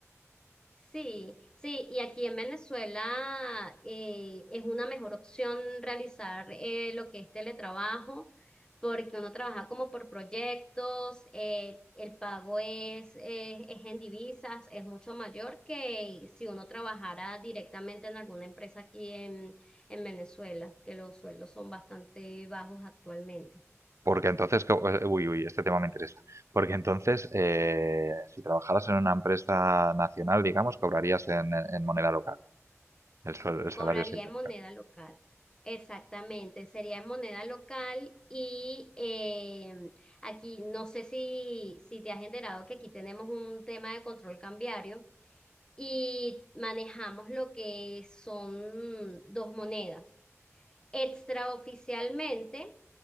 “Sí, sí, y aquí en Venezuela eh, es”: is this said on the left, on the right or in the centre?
Left